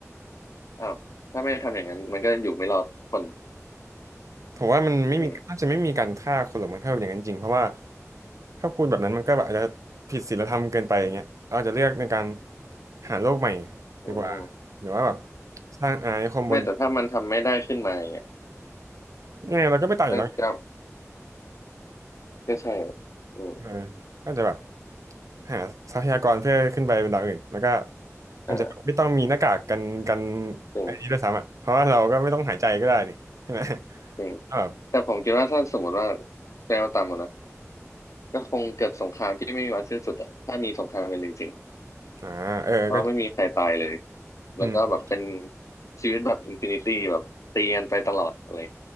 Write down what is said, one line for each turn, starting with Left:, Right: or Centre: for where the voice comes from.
Left: อ้าวถ้าไม่ทำอย่างนั้นมันก็อยู่ไม่รอดทุกคน
Right: ผมว่ามันไม่มีน่าจะไม่มีการฆ่าคนหรอกมั้งถ้าอย่างนั้นจริงเพราะว่า
Left: อืม
Right: ถ้าพูดแบบนั้นมันก็แบบอาจจะผิดศีลธรรมเกินไปอย่างเงี้ยอาจจะเลือกในการหาโลกใหม่
Left: อืม
Right: ดีกว่าหรือว่าแบบสร้างอาณานิคมบน
Left: ไม่แต่ถ้ามันทำไม่ได้ขึ้นมาอย่างเงี้ย
Right: ยังไงเราก็ไม่ตายอยู่แล้วไง
Left: ก็ก็ก็ใช่อืม
Right: เออก็จะแบบหาทรัพยากรเพื่อขึ้นไปบนดาวอื่นแล้วก็อาจจะไม่ต้องมีหน้ากากกันกัน
Left: อ่าจริง
Right: ไอันนี้ด้วยซ้ำอ่ะเพราะว่าเราก็ไม่ต้องหายใจก็ได้นี่ใช่ไหม
Left: จริง
Right: <laughs> ก็แบบ
Left: แต่ผมคิดว่าถ้าสมมติว่าแนวต่ำอะนะก็คงเกิดสงครามที่ไม่มีวันสิ้นสุดอะถ้ามีสงครามกันจริง
Right: อ่าเออก็
Left: ๆเพราะไม่มีใครตายเลยแล้วก็แบบเป็น
Right: อืม
Left: ชีวิตแบบอินฟินิตี้แบบตีกันไปตลอดอะไร